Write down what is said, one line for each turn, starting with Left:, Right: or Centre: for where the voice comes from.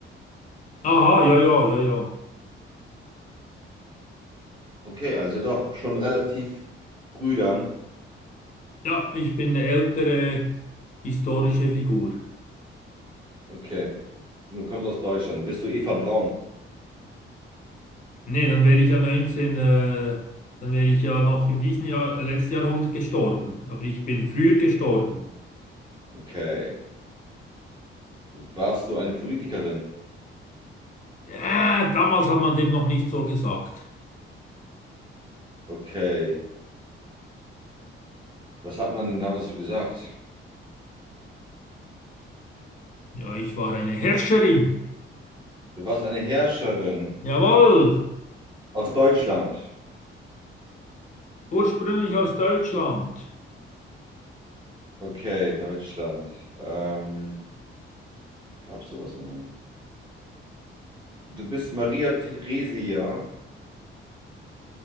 Left: Aha, ja, ja, ja, ja.
Right: Okay, also doch schon relativ früh dann.
Left: Ja, ich bin eine ältere historische Figur.
Right: Okay. Und Du kommst aus Deutschland. Bist du Eva Braun?
Left: Nee, dann wäre ich ja 19 äh, dann wäre ich ja noch in diesem Jahr, äh, letzten Jahrhundert gestorben. Aber ich bin früher gestorben.
Right: Okay. Warst du eine Politikerin?
Left: Ja, damals hat man dem noch nicht so gesagt.
Right: Okay. Was hat man denn damals so gesagt?
Left: Ja, ich war eine Herrscherin.
Right: Du warst eine Herrscherin
Left: Jawohl,
Right: aus Deutschland.
Left: ursprünglich aus Deutschland.
Right: Okay, Deutschland. Ähm, gab's sowas mal? Du bist Maria Theresia.